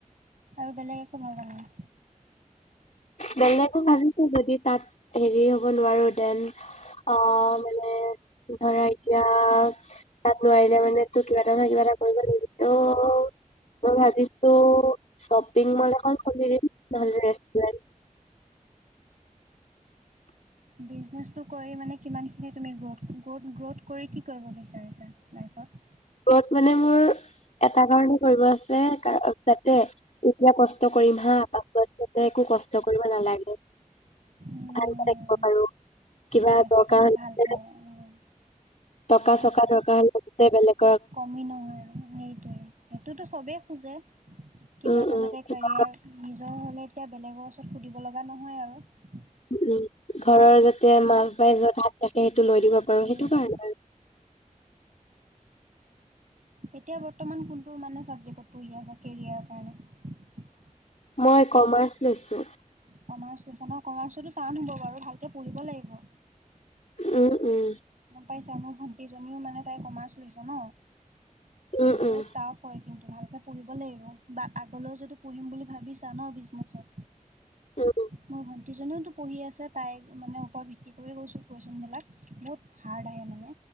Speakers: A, on the right; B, on the left.
A: আৰু বেলেগ একো ভাবা নাই?
B: বেলেগো ভাবিছো যদি তাত হেৰি হ'ব নোৱাৰো দেন, অ' মানে ধৰা এতিয়া তাত নোৱাৰিলে মানে তো' কিবা এটা নহয় কিবা এটা কৰিব লাগিব, তো' মই ভাবিছো শ্বপিং মল এখন খুলি দিম ন'হলে ৰেচ <unintelligible>
A: বিজনেছটো কৰি মানে কিমানখিনি তুমি গ্ৰোথ - গত - গ্ৰোথ কৰি কি কৰিব বিচাৰিছা লাইফত?
B: গ্ৰোথ মানে মোৰ এটা কাৰণে কৰিব আছে কাৰ - যাতে এতিয়া কষ্ট কৰিম হা, পাছত যাতে একো কষ্ট কৰিব নালাগে,
A: উম
B: ভালকে থাকিব পাৰো। কিবা
A: লাইফত
B: দৰকাৰ
A: আৰু ভালকে
B: হলে,
A: উম
B: টকা
A: থাকিব।
B: চকা দৰকাৰ হলে গোটেই বেলেগ
A: কমি নহয় আৰু সেইটোৱে। সেইটোতো চবে খোজে। কিবা
B: উম
A: এটা
B: উম
A: যাতে
B: কিবা
A: কেৰিয়াৰ নিজৰ হ'লে তেতিয়া বেলেগো পিছত সুধিব লগা নহয় আৰু।
B: উম ', ঘৰৰ যাতে মা -বাপাই যত হাত ৰাখে সেইটো লৈ দিব পাৰো
A: উম,
B: সেইটো কাৰণে আৰু।
A: এতিয়া বৰ্তমান কোনটো মানে ছাবজেক্টত পঢ়ি আছা কেৰিয়াৰৰ কাৰণে?
B: মই কমাৰ্চ লৈছো
A: কমাৰ্চ লৈছা ন কমাৰ্চো টান হ'ব বাৰু ভালকে পঢ়িব লাগিব।
B: উম উম।
A: গন পাইছা মোৰ ভণ্টিজনীও মানে তাই কমাৰ্চ লৈছে ন।
B: উম
A: বহুত
B: উম
A: টাফ হয় কিন্তু ভাল। পঢ়িব লাগিব বা আগলৈও যদি পঢ়িম বুলি ভাবিছা ন বিজনেচত।
B: উম
A: মই ভাল। ভন্তিজনিও তো পঢ়ি আছে তাই মানে ওপৰত ভিত্তি কৰি কৈছোঁ কুৱেশচনবিলাক বহুত হাৰ্ড আহে মানে